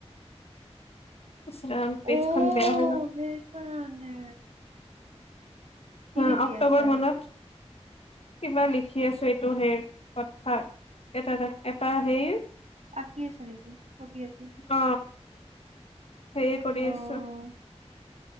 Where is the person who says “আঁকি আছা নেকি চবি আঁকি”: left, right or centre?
Right